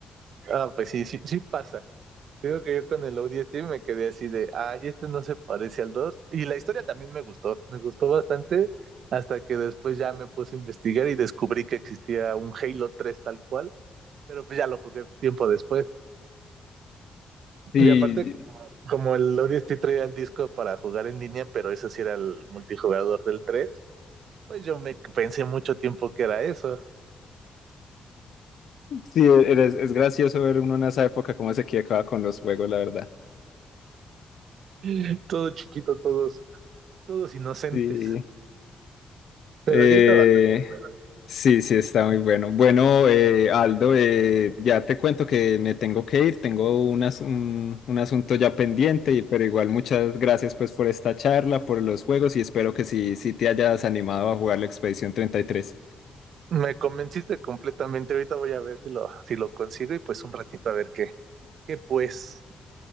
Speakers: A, on the right; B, on the left.
A: Ah, pues sí, sí, sí pasa. Digo que yo con el ODST me quedé así de, ay, este no se parece al dos Y la historia también me gustó, me gustó bastante, hasta que después ya me puse a investigar y descubrí que existía un Halo 3 tal cual, pero pues ya lo jugué tiempo después.
B: Y
A: Y aparte, como el ODST traía el disco para jugar en línea, pero eso sí era el multijugador del 3, pues yo me pensé mucho tiempo que era eso.
B: sí, es, es gracioso ver uno en esa época cómo se equivocaba con los juegos, la verdad.
A: <laughs> Todo chiquito, todos, todos inocentes.
B: Sí.
A: Pero
B: Eh,
A: así está bastante. bueno.
B: sí, sí, está muy bueno. Bueno, eh, Aldo, eh, ya te cuento que me tengo que ir, tengo un, as- un, un asunto ya pendiente, y- pero igual muchas gracias pues por esta charla, por los juegos y espero que sí, sí te hayas animado a jugar la Expedición treinta y tres.
A: Me convenciste completamente. Ahorita voy a ver si lo, si lo consigo y pues un ratito a ver qué, qué pues.